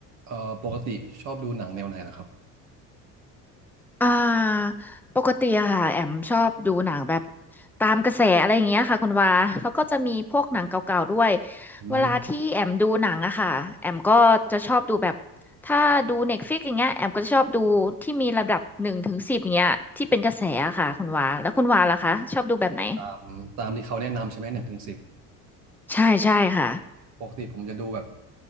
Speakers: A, on the right; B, in the centre.
A: เอ่อปกติชอบดูหนังแนวไหนล่ะครับ
B: อ่าปกติอะค่ะแอมชอบดูหนังแบบตามกระแสอะไรอย่างเงี้ยค่ะคุณวาแล้วก็จะมีพวกหนังเก่าๆด้วย
A: อืม
B: เวลาที่แอมดูหนังอะค่ะแอมก็จะชอบดูแบบถ้าดูเน็ตฟลิกอย่างเงี้ยแอมก็จะชอบดูที่มีระดับหนึ่งถึงสิบเงี้ยที่เป็นกระแสอะค่ะคุณวาแล้วคุณวาล่ะคะชอบดูแบบไหน
A: เป็นตามตามที่เขาแนะนำใช่ไหมหนึ่งถึงสิบ
B: ใช่ใช่ค่ะ
A: ปกติผมจะดูแบบ